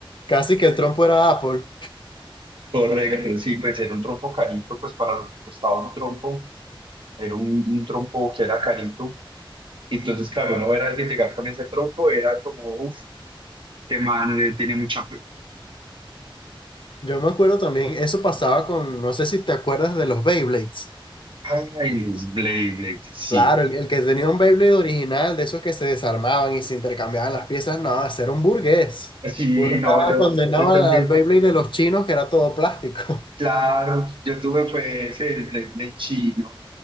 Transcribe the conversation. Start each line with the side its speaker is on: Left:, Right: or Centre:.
Left: casi que el trompo era Apple.
Right: Correcto, sí, pues era un trompo carito, pues para lo que costaba un trompo, era un, un trompo que era carito. Entonces, claro, no era alguien llegar con ese trompo, era como, uff, este man eh, tiene mucha plata.
Left: Yo me acuerdo también, eso pasaba con, no sé si te acuerdas de los Beyblades.
Right: Ay, los Blade, Blade, sí.
Left: Claro, el, el que tenía un Beyblade original, de esos que se desarmaban y se intercambiaban las piezas, no, ese era un burgués.
Right: Sí,
Left: Uno
Right: no,
Left: estaba
Right: yo,
Left: condenado
Right: yo
Left: al
Right: también,
Left: al Beyblade de los chinos, que era todo plástico. <laughs>
Right: claro, yo tuve fue ese, el Blade Blade chino,